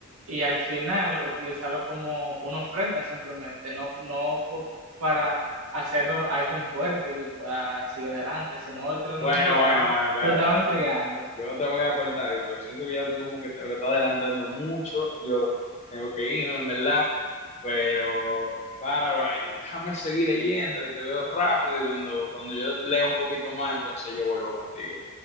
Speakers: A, on the right; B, on the left.
A: y al final utilizarlo como una ofrenda simplemente. No, no fue para hacerlo alguien fuerte que pueda seguir adelante, sino literalmente
B: Bueno,
A: lo estaban,
B: bueno, bueno, espérate,
A: lo estaban
B: espérate.
A: criando.
B: Yo te voy a cortar ahí, porque siento que ya tú como que te me estás adelantando mucho. Yo tengo que irme, en verdad. Pero, para, right, déjame seguir leyendo, que te veo rápido y cuando, cuando yo leo un poquito más, entonces yo vuelvo contigo.